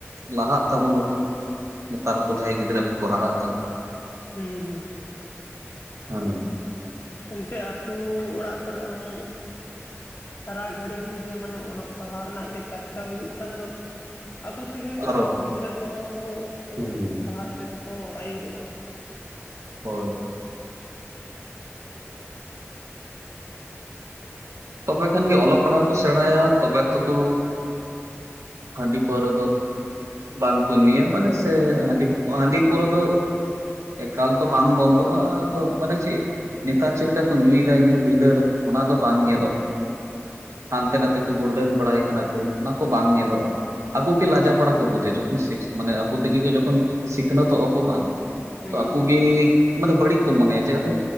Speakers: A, on the right; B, on the left.
A: ᱞᱟᱦᱟᱜ ᱛᱟᱵᱚᱱᱟ ᱠᱚ ᱱᱮᱛᱟᱨ ᱠᱚ ᱡᱟᱦᱟᱸᱭ ᱜᱤᱫᱽᱨᱟᱹ ᱠᱚ ᱠᱚ ᱦᱟᱨᱟᱜ ᱠᱟᱱᱟ ᱾
B: ᱦᱩᱸ
A: ᱦᱮᱸ
B: ᱮᱱᱛᱮ ᱟᱛᱩ ᱚᱲᱟᱜ ᱠᱚᱨᱮ ᱦᱚᱸ ᱥᱟᱨᱟ ᱜᱷᱟᱹᱲᱤᱡ ᱜᱮ ᱢᱟᱱᱮ ᱚᱞᱚᱜ ᱯᱟᱲᱦᱟᱣ ᱨᱮᱱᱟᱜ ᱜᱮ ᱪᱟᱨᱪᱟᱣ ᱦᱩᱭᱩᱜ ᱠᱷᱟᱱ ᱫᱚ ᱟᱠᱚ ᱛᱮ ᱜᱮ
A: ᱟᱨᱚ
B: ᱜᱤᱫᱽᱨᱟᱹ ᱠᱚᱦᱚᱸ ᱠᱚ ᱚᱞᱚᱜ
A: ᱦᱮᱸ
B: ᱯᱟᱲᱦᱟᱜ ᱥᱮᱫ ᱠᱚ ᱟᱹᱭᱩᱨᱚᱜᱼᱟ᱾
A: ᱦᱳᱭ ᱛᱚᱵᱮ ᱠᱷᱟᱱ ᱜᱮ ᱚᱞᱚᱜ ᱯᱟᱲᱦᱟᱜ ᱠᱚ ᱥᱮᱬᱟᱭᱟ ᱛᱚᱵᱮ ᱛᱚ ᱠᱚ ᱦᱟᱺᱰᱤ ᱯᱟᱹᱣᱨᱟᱹ ᱫᱚ ᱵᱟᱝ ᱠᱚ ᱧᱩᱭᱟ ᱢᱟᱱᱮ ᱥᱮ ᱦᱟᱺᱰᱤ ᱦᱟᱺᱰᱤ ᱯᱟᱹᱣᱨᱟᱹ ᱫᱚ ᱮᱠᱟᱞ ᱫᱚ ᱵᱟᱝ ᱵᱚᱱᱫᱚᱜᱼᱟ ᱾ ᱛᱚ ᱢᱟᱱᱮ ᱪᱮᱜ ᱱᱮᱛᱟᱨ ᱪᱮᱫ ᱞᱮᱠᱟ ᱠᱚ ᱧᱩᱭᱮᱫᱟ ᱧᱩ ᱵᱷᱸᱤᱫᱟᱹᱲ ᱚᱱᱟ ᱫᱚ ᱵᱟᱝ ᱜᱮ
B: ᱦᱩᱸ
A: ᱦᱟᱱᱛᱮ ᱱᱟᱛᱮ ᱠᱚ ᱜᱩᱲᱫᱟᱹᱝ ᱵᱟᱲᱟᱭ ᱠᱟᱱᱟ ᱠᱚ ᱚᱱᱟ ᱠᱚ ᱵᱟᱝ ᱧᱮᱞᱚᱜᱼᱟ᱾ ᱟᱠᱩ ᱠᱮ ᱞᱟᱡᱟ ᱯᱟᱲᱟ ᱠᱚ ᱵᱩᱡᱟ, ᱡᱚᱠᱷᱚᱱ ᱥᱤᱠ ᱢᱟᱱᱮ ᱟᱠᱚ ᱛᱮ ᱜᱮ ᱡᱚᱠᱷᱚᱱ ᱥᱤᱠᱷᱱᱟᱹᱛ ᱛᱚᱜᱟᱠᱚ ᱵᱟᱝ ᱾
B: ᱦᱩᱸ
A: ᱛᱚ ᱟᱠᱩ ᱜᱤ ᱢᱟᱱᱮ ᱵᱟᱹᱲᱤᱡ ᱠᱚ ᱢᱚᱱᱮᱭᱟ ᱡᱮ ᱟᱞᱮ